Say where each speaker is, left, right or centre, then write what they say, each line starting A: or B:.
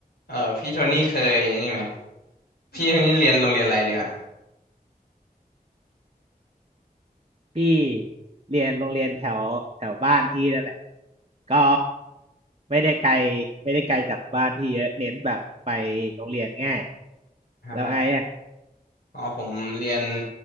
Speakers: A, on the left; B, on the right.
A: เออพี่โทนี่เคยนี่ไหมพี่โทนี่เรียนโรงเรียนอะไรดีวะ
B: พี่เรียนโรงเรียนแถวแถวบ้านพี่นั่นแหละก็ไม่ได้ไกลไม่ได้ไกลจากบ้านพี่เยอะเน้นแบบไปโรงเรียนง่าย
A: ฮะฮะ
B: แล้วไอ้อะ
A: อ๋อผมเรียน